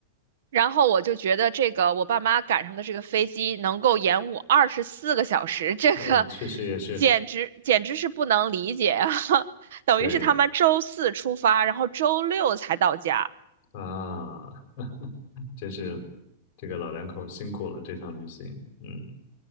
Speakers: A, on the right; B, on the left.
A: 然后我就觉得这个我爸妈赶上的这个飞机能够延误二十四个小时，这个
B: 嗯，确实也是。
A: 简直简直是不能理解啊！<laughs> 等于是他们周四出发，
B: 对
A: 然后周六才到家。
B: 啊，真是这个老两口辛苦了这趟旅行。嗯